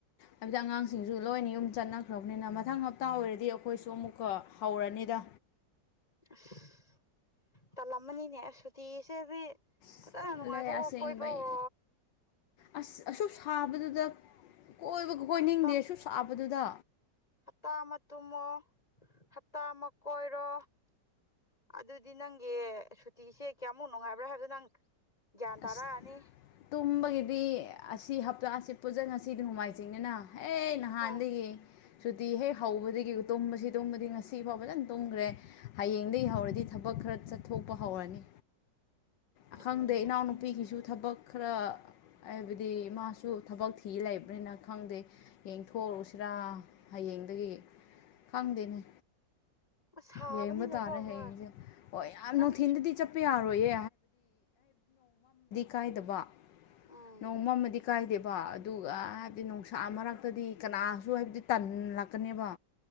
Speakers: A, on the left; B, on the left.
A: ꯍꯥꯏꯕꯗꯤ ꯑꯉꯥꯡꯁꯤꯡꯁꯨ ꯂꯣꯏꯅ ꯌꯨꯝ ꯆꯠꯅꯈ꯭ꯔꯕꯅꯤꯅ ꯃꯊꯪ ꯍꯞꯇꯥ ꯑꯣꯏꯔꯕꯗꯤ ꯑꯩꯈꯣꯏꯁꯨ ꯑꯃꯨꯛꯀ ꯍꯧꯔꯅꯤꯗ
B: ꯑꯁ ꯇꯜꯂꯝꯃꯅꯤꯅꯦ ꯁꯨꯇꯤꯁꯤꯗꯤ ꯐꯖꯥꯅ
A: ꯑꯁ ꯇꯜꯂꯦ
B: ꯅꯨꯡꯉꯥꯏꯊꯣꯛꯑꯣ
A: ꯑꯁꯦꯡꯕꯩ
B: ꯀꯣꯏꯕꯑꯣ
A: ꯑꯁ ꯑꯁꯨꯛ ꯁꯥꯕꯗꯨꯗ ꯀꯣꯏꯕꯒ ꯀꯣꯏꯅꯤꯡꯗꯦ
B: ꯍꯞꯇꯥ
A: ꯑꯁꯨꯛ ꯁꯥꯕꯗꯨꯗ
B: ꯍꯞꯇꯥ ꯑꯃ ꯇꯨꯝꯃꯣ ꯍꯞꯇꯥ ꯑꯃ ꯀꯣꯏꯔꯣ ꯑꯗꯨꯗꯤ ꯅꯪꯒꯤ ꯁꯨꯇꯤꯁꯦ ꯀꯌꯥꯃꯨꯛ ꯅꯨꯡꯉꯥꯏꯕ꯭ꯔꯥ ꯍꯥꯏꯕꯗꯣ ꯅꯪ ꯒ꯭ꯌꯥꯟ ꯇꯥꯔꯅꯤ
A: ꯑꯁ ꯇꯨꯝꯕꯒꯤꯗꯤ ꯑꯁꯤ ꯍꯞꯇꯥ ꯑꯁꯤ ꯄꯨꯖ ꯉꯁꯤꯗꯤ ꯅꯣꯡꯃꯥꯏꯖꯤꯡꯅꯤꯅ ꯍꯦ ꯅꯍꯥꯟꯗꯒꯤ
B: ꯍꯣꯏ
A: ꯁꯨꯇꯤ ꯍꯦꯛ ꯍꯧꯕꯗꯒꯤ ꯇꯨꯝꯕꯁꯤ ꯇꯨꯝꯕꯗꯤ ꯉꯁꯤꯐꯥꯎ ꯐꯖꯅ ꯇꯨꯝꯈ꯭ꯔꯦ ꯍꯌꯦꯡꯗꯒꯤ ꯍꯧꯔꯗꯤ ꯊꯕꯛ ꯈꯔ ꯆꯠꯊꯣꯛꯄ ꯍꯧꯔꯅꯤ
B: ꯑꯣꯅꯦ
A: ꯑꯈꯪꯗꯩ ꯏꯅꯥꯎꯅꯨꯄꯤꯒꯤꯁꯨ ꯊꯕꯛ ꯈꯔ ꯍꯥꯏꯕꯗꯤ ꯃꯥꯁꯨ ꯊꯕꯛ ꯊꯤ ꯂꯩꯕꯅꯤꯅ ꯈꯪꯗꯦ ꯌꯦꯡꯊꯣꯛꯎꯔꯨꯁꯤꯔꯥ ꯍꯌꯦꯡ ꯦꯡꯗꯒꯤ ꯈꯪꯗꯦꯅꯤ
B: ꯁꯥꯕꯅꯤꯅꯀꯣ
A: ꯌꯦꯡꯕ ꯇꯥꯔꯦ
B: ꯍꯣꯏ
A: ꯍꯌꯦꯡꯁꯦ ꯍ ꯌꯥꯝ
B: ꯅꯪꯒꯤꯁꯨ
A: ꯅꯨꯡꯊꯤꯟꯗꯗꯤ ꯆꯠꯄ ꯌꯥꯔꯣꯏꯌꯦ ꯀ
B: ꯎꯝ
A: ꯏ ꯀꯥꯏꯗꯦꯕ ꯑꯗꯨꯒ ꯍꯥꯏꯕꯗꯤ ꯅꯨꯡꯁꯥ ꯃꯔꯛꯇꯗꯤ ꯀꯅꯥꯁꯨ ꯍꯥꯏꯕꯗꯤ ꯇꯟꯂꯛꯀꯅꯦꯕ